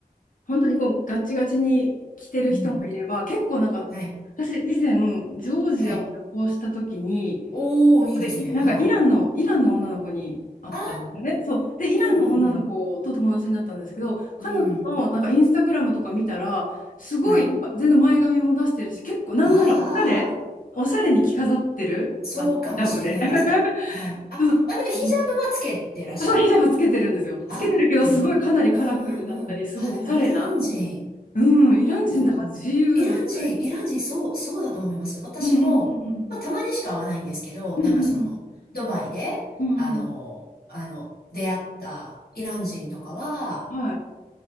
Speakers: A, on the left; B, on the left.
A: 本当にこうガッチガチに着てる人もいれば、
B: うんう
A: 結構なんか私以前ジョージアを旅行した時に、
B: ん。はい。はい。おー、
A: そこでいなんかイランの、
B: いいですね。はい。
A: イランの女の子に会ったんですよね。
B: あ
A: そう。で、イランの女の子と友達になったんですけど、
B: ー。うんうん
A: 彼女のなんかインスタグラムとか見たら、
B: うん。うん。
A: すごい、
B: はい。
A: なんか全然前髪も出してるし、結構なんならおしゃれ、
B: あー。
A: おしゃれに着飾ってる、
B: そうかもしれないです。
A: あの、ヒジャブで。
B: はい。
A: <laughs>
B: あ、
A: そうそ
B: まあでもヒジャブはつけてらっしゃる。
A: う。そう、ヒジャブつけてるんですよ。
B: あ、
A: つけてるけど、
B: でも、
A: すごいかなりカラフルだったり、
B: うんうんうん。
A: すごいおしゃれな。
B: あ、でもイラン人。
A: うん、イラン人だから自由みたい。
B: うんうん。イラン人、イラン人、そう、そうだと思います。私も、
A: うんうんうん
B: まあたまにしか会わないんですけど、
A: うんうんうん
B: なんかその、ドバイで、
A: うんうんうん
B: あの、あの、出会ったイラン人とかは、
A: うんはい。